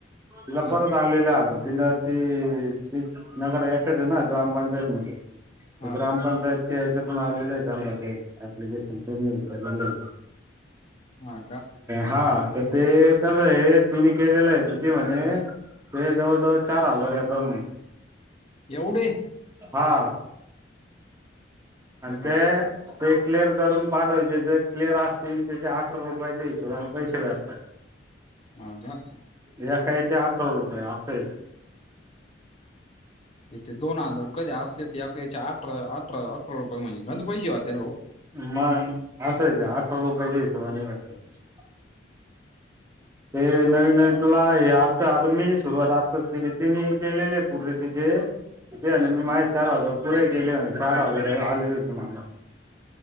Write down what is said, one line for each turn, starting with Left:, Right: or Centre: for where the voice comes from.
Right: तिला
Left: हा
Right: परत आलेलं आता ति त नगर याच्यात आहे ना ग्रामपंचायत मध्ये
Left: हा
Right: ग्रामपंचायत हच्यातून आलेले आहेत त्यांला ते प्लिकेशन केलेले आहे.
Left: हा का
Right: हा तर ते कस आहे तिने केलेलं आहे त ते म्हणे ते जवळ जवळ चार हजार येतो म
Left: एवढे अरे
Right: हा ते
Left: बाप
Right: ते क्लिअर करून पाठवायचे जे क्लिअर असतील त्याच्या अठरा रुपयाच्या हिशोबाने पैसे जा असतात.
Left: ह का?
Right: याकायचे आठरा रुपये असायचे.
Left: इथे दोन हजार कधी असले तेच्या अठरा अठरा अठरा रुपये म्हणजे घ पैसे वाते भाऊ
Right: मग हा स आहे ते आठरा रुपय जायस नाही बेटत ते नवीन नवीन तुला हे आता आता मी सुरुवात केली ती केलेले आहे पूर्ण तिचे आणि मी माझ चार हजार पुरे केले आणि चार हजार आले माला